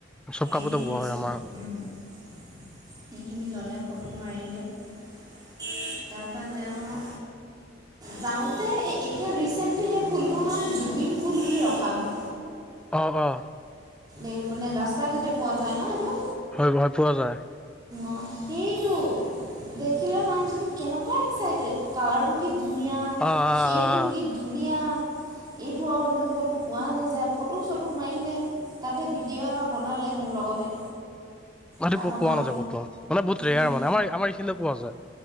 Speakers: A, in the centre; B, on the right.
A: চব
B: সেইখিনি
A: কাপোৰতে বোৱা
B: বস্তু
A: হয় আমাৰ
B: সেইখিনি ল'লে ফটো মাৰিলে তাৰপৰা তেওঁ যাওঁতে এতিয়া ৰিচেন্টলি সেই ফুলটোৰ নাম জুবিন ফুল বুলি ৰখা হ'ল
A: অ অ
B: এই মানে ৰাস্তা ঘাটে পোৱা যায় ন এইটো
A: হয় হয় পোৱা যায়।
B: অ সেইটো দেখিলে মানুহজনী কেনেকুৱা এক্সাইটেড কালাৰটো কি ধুনীয়া
A: অ অ
B: সেবটো
A: অ
B: কি ধুনীয়া এইটো আৰু অন্য কতো পোৱা নাযায় ফটো চটো। মাৰিলে তাতে ভিডিঅ এটা বনালে মোৰ লগতে।
A: গতি
B: তাৰপৰা
A: পোৱা
B: মই
A: নাযায় কত। অহ ', মানে বহুত ৰেয়াৰ
B: মই
A: মানে আম আমাৰ এইখিনিতে পোৱা যায়।